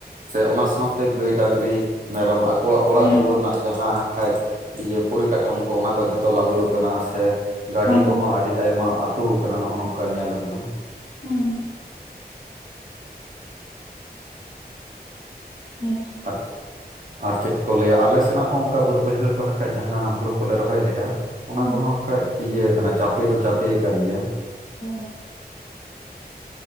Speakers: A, on the right; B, on the left.
A: ᱥᱮ ᱚᱱᱟ ᱥᱟᱶ ᱛᱮ ᱜᱟᱹᱭ ᱰᱟᱝᱨᱤ ᱢᱮᱨᱚᱢ ᱟᱠᱚᱣᱟᱜ
B: ᱦᱚᱸ
A: ᱚᱲᱟᱜ ᱫᱩᱣᱟᱹᱨ ᱨᱮᱱᱟᱜ ᱡᱟᱦᱟᱸ ᱠᱷᱟᱡᱽ ᱤᱭᱟᱹ ᱯᱚᱨᱤᱠᱟᱴᱷᱟᱢᱳ ᱠᱚ ᱚᱱᱟ ᱠᱚ ᱡᱷᱚᱛᱚ ᱞᱟᱸᱫᱩᱲ ᱟᱠᱟᱱᱟ ᱥᱮ ᱜᱟᱹᱰᱤ ᱠᱚᱦᱚᱸ
B: ᱦᱚᱸ
A: ᱟᱹᱰᱤ ᱟᱭᱢᱟ ᱟᱹᱛᱩ ᱟᱠᱟᱱᱟ ᱱᱚᱜᱼᱚ ᱱᱚᱝᱠᱟ ᱧᱮᱞ ᱟᱠᱟᱱᱟ ᱾
B: ᱦᱩᱸ᱾ ᱦᱮᱸ ᱛᱚᱸ,
A: <unintelligible> ᱟᱨ ᱪᱮᱫ ᱠᱚ ᱞᱟᱹᱭᱟ ᱟᱞᱮ ᱥᱮᱱᱟᱜ ᱦᱚᱸ ᱚᱱᱠᱟ ᱵᱟᱹᱫ ᱵᱟᱹᱭᱦᱟᱹᱲ ᱠᱚᱦᱟ ᱠᱷᱟᱡᱽ ᱡᱟᱦᱟᱸ ᱦᱳᱲᱳ ᱠᱚᱞᱮ ᱨᱚᱦᱚᱭ ᱞᱮᱜᱼᱟ,
B: ᱦᱚᱸ
A: ᱚᱱᱟ ᱠᱚᱦᱚᱸ ᱟᱜ ᱠᱷᱟᱡᱽ ᱤᱭᱟᱹ ᱠᱟᱱᱟ ᱪᱟᱯᱮ ᱫᱚ ᱪᱟᱯᱮ ᱠᱟᱱ ᱜᱮᱭᱟ ᱾
B: ᱦᱩᱸ ᱾